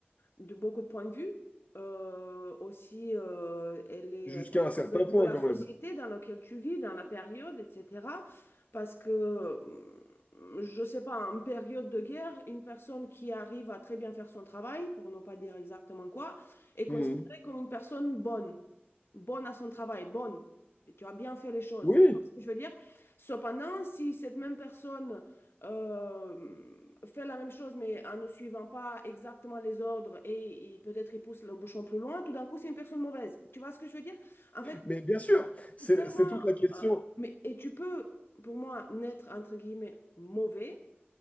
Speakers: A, on the left; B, on the left.
A: de beaucoup de points de vue. Euh, aussi, euh, elle est,
B: Jusqu'à
A: ça dépend
B: un certain
A: de,
B: point
A: de la
B: quand
A: société
B: même.
A: dans laquelle tu vis, dans la période, etc. Parce que, euh, je sais pas, en période de guerre, une personne qui arrive à très bien faire son travail, pour ne pas dire exactement quoi, est considérée
B: Mhm.
A: comme une personne bonne, bonne à son travail, bonne. Et tu as bien fait les choses.
B: Oui,
A: Tu vois ce que je veux dire? Cependant, si cette même personne euh, fait la même chose, mais en ne suivant pas exactement les ordres et, et peut-être il pousse le bouchon plus loin, tout d'un coup, c'est une personne mauvaise. Tu vois ce que je veux dire? En fait,
B: mais bien sûr, c'est
A: c'est tellement...
B: c'est toute la question.
A: Mais, et tu peux, pour moi, naître, entre guillemets, mauvais,